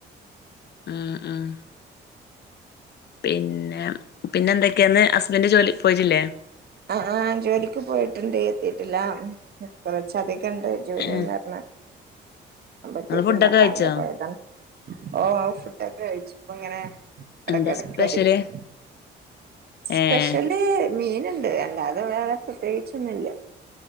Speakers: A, on the left; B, on the right.
A: ആഹ ആഹ പിന്നെ പിന്നെ എന്തൊക്കെയാന്ന് ഹസ്ബൻ റ്റ്ജോലി പോയിട്ടില്ലേ
B: ആ ജോലിക്ക് പോയിട്ടുണ്ട് എത്തിട്ടില്ല കുറച്ച് അധികം ഇക്ക് എന്താജോലിയന്ന്
A: ഏഹ്
B: പറഞ് എത്തിട്ടില്ല
A: നിങ്ങള് ഫുഡൊക്കെ കഴിച്ചോ
B: രാവിലെ പോയതാ ഓ ഫുഡ്- കഴിച്ചുഇപ്പോ ഇങ്ങനെ ഇടക്കടക്കായിരുന്നു
A: എന്താ സ്പെഷ്യല്
B: സ്പെഷ്യലി
A: ഏഹ്
B: മീന അല്ലാതെ വേറെ പ്രത്യേകിച്ചൊന്നുമില്ല